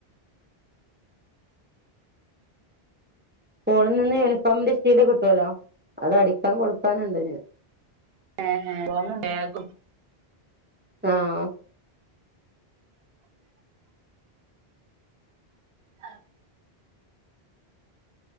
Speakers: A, on the right (about 15°); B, on the right (about 70°).
A: സ്കൂളിൽ നിന്ന് യൂണിഫോമിന്റെ ശീല കിട്ടുവല്ലോ അത് അടിക്കാൻ കൊടുക്കാന്ണ്ട്
B: ആഹ് ആഹ് യുണിഫോമും ബാഗും
A: ആഹ്
B: ആഹ